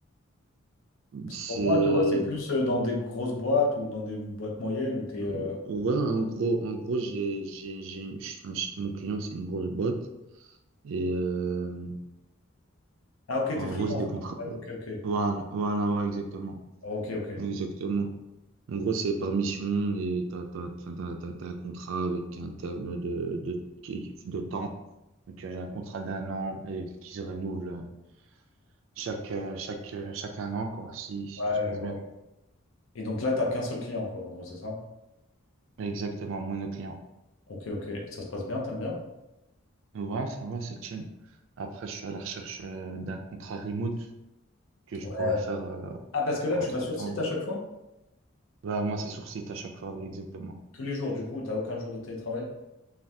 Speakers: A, on the left; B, on the right.
A: parce
B: C'est
A: que pour moi, tu vois, c'est plus euh, dans des grosses boîtes ou dans des boîtes moyennes où tu es,
B: Euh, Ouais, en gros, en gros, j'ai, j'ai, j'ai, une- je- enfin, je- mon client, c'est une grosse boîte. Et euh,
A: Ah, ok,
B: en
A: t'es freelance,
B: gros, c'est des contrats.
A: quoi. Ouais, ok, ok.
B: Voilà, voilà, ouais, exactement.
A: Ah, Ok, ok.
B: Exactement. En gros, c'est par mission et t'as, t'as, enfin, t'as, t'as, t'as un contrat avec un terme de, de, qui- de temps. Donc, euh, j'ai un contrat d'un an et qui se renouvelle chaque, euh, chaque, euh, chaque un an, quoi, si, si
A: Ouais,
B: tout se passe
A: je vois,
B: bien.
A: je vois. Et donc là, t'as qu'un seul client, quoi, en gros, c'est ça?
B: Exactement, monoclient.
A: Ok, ok. Ça se passe bien, t'aimes bien?
B: Ouais, ça va, c'est chill. Après, je suis à la recherche euh, d'un contrat remote. que je
A: Ouais.
B: pourrais faire euh,
A: Ah, parce que là,
B: entre-temps.
A: tu vas sur site à chaque fois?
B: Bah, moi, c'est sur site à chaque fois, oui, exactement.
A: Tous les jours, du coup, t'as aucun jour de télétravail?